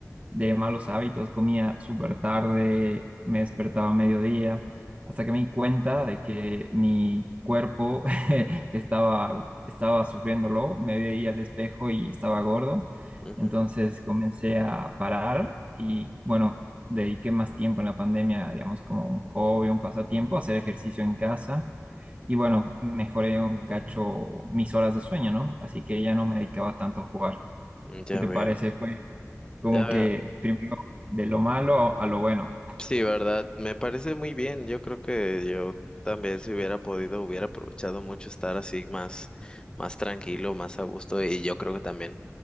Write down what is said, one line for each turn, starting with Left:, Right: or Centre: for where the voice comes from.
Right: de malos hábitos, comía súper tarde, me despertaba a mediodía, hasta que me di cuenta de que mi cuerpo <laughs> estaba, estaba sufriéndolo, me veía al espejo y estaba gordo,
Left: Ujú,
Right: entonces comencé a parar y bueno, dediqué más tiempo en la pandemia, digamos, como un hobby, un pasatiempo, hacer ejercicio en casa. Y bueno, mejoré un cacho mis horas de sueño, ¿no? Así que ya no me dedicaba tanto a jugar.
Left: Ya
Right: ¿Qué te
Left: veo.
Right: parece? Como
Left: Ya veo.
Right: que primero de lo malo a lo bueno.
Left: Sí, verdad, me parece muy bien. Yo creo que yo también si hubiera podido hubiera aprovechado mucho estar así más más tranquilo, más a gusto y yo creo que también